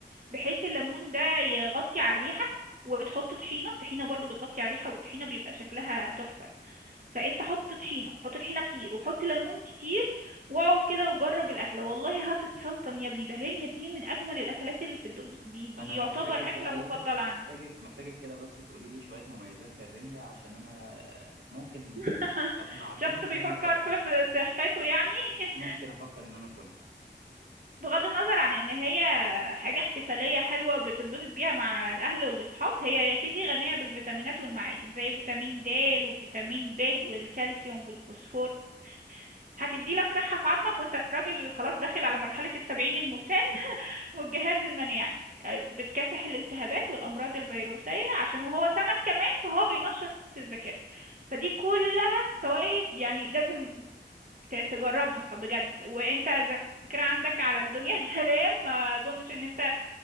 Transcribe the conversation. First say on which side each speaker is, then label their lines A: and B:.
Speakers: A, on the right (about 45°); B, on the right (about 75°).
A: بحيث الليمون ده يغطي على الريحة وبتحط طحينة الطحينة برضو بتغطي على الريحة والطحينة بيبقى شكلها تحفة فانت حط طحينة حط طحينة كتير وحط ليمون كتير واقعد كده وجرب الأكلة والله هتتسلطن يا ابني ده الرنجة دي من أجمل الأكلات اللي في الدنيا دي دي
B: انا
A: يعتبر
B: محتاجك
A: أكلة
B: بقى ايه
A: مفضلة
B: محتاجك
A: عندي
B: محتاجك كده بس تقولي لي شوية مميزات للرنجة عشان انا آه، ممكن
A: <laughs>
B: لو اقنعتيني
A: شخص
B: ان
A: بيفكر
B: انا افكر
A: في في صحته يعني <laughs>
B: ممكن افكر ان انا اكلها
A: بغض النظر عن ان هي حاجة احتفالية حلوة بتتبسط بيها مع الاهل والاصحاب هي يا سيدي غنية بالفيتامينات والمعادن زي فيتامين د وفيتامين ب والكالسيوم والفوسفور هتدي لك صحة في عظمك وانت راجل خلاص داخل على مرحلة السبعين المسن والجهاز المناعي آه، بتكافح الالتهابات والامراض الفيروسية عشان وهو سمك كمان فهو بينشط الذاكرة فدي كلها فوائد يعني لازم ت- تجربها بجد وانت الذاكرة عندك على الدنيا <laughs> سلام ما اظنش ان انت